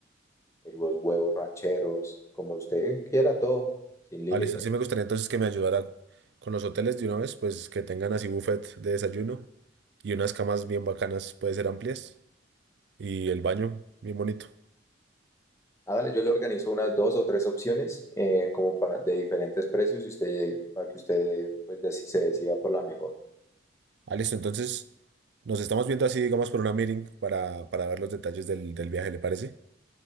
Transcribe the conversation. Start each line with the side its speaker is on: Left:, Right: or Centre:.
Left: eh, los huevos rancheros, como usted quiera, todo, sin límite.
Right: Ah, listo. Sí me gustaría entonces que me ayudara con los hoteles de una vez, pues que tengan así buffet de desayuno y unas camas bien bacanas, puede ser amplias, y el baño bien bonito.
Left: Hágale, yo le organizo unas dos o tres opciones eh, como para de diferentes precios y usted para que usted pues deci- se decida por la mejor.
Right: Ah, listo. Entonces nos estamos viendo así, digamos, por una meeting para, para ver los detalles del, del viaje, ¿le parece?